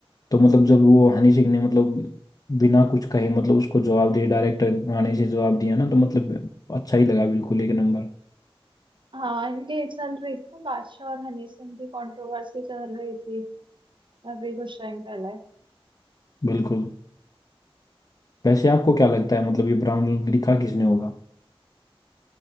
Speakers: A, on the left; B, on the right.
A: तो मतलब जब वो हनी सिंह ने मतलब बिना कुछ कहे मतलब उसको जवाब दिया डायरेक्ट गाने से जवाब दिया ना तो मतलब अच्छा ही लगा बिल्कुल एक नंबर
B: हाँ इनकी चल रही थी ना बादशाह और हनी सिंह की कंट्रोवर्सी चल रही थी अभी कुछ टाइम पहले
A: बिल्कुल वैसे आपको क्या लगता है मतलब ये ब्राउन लिखा किसने होगा